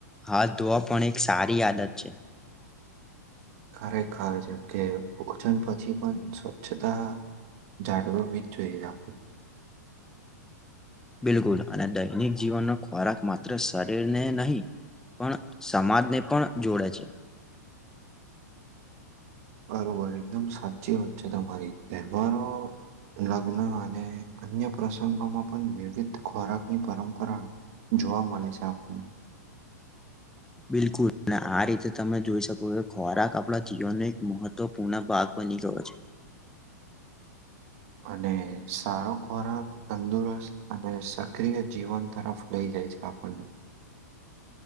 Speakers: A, in the centre; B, on the right.
A: હાથ ધોવા પણ એક સારી આદત છે. <inaudible>
B: ખરેખર જેમ કે ભોજન પછી પણ સ્વચ્છતા જાળવવી. એ મીચું જા આપ <unintelligible>
A: બિલકુલ અને દૈનિક જીવનનો ખોરાક માત્ર શરીરને નહીં. પણ સમાજને પણ જોડે છે.
B: બરોબર એકદમ સાચી વાત છે. તમારી તહેવારો લગ્ન અને અન્ય પ્રસંગોમાં પણ વિવિધ ખોરાકની પરંપરા જોવા મળે છે. આપણને
A: બિલકુલ અને આ રીતે તમે જોઈ શકો કે ખોરાક આપણા જીવનનો એક મહત્વપૂર્ણ ભાગ બની ગયો છે. <inaudible>
B: અને સારો ખોરાક તંદુરસ્ત અને સક્રિય જીવન તરફ લઈ જાય છે. આપ આપને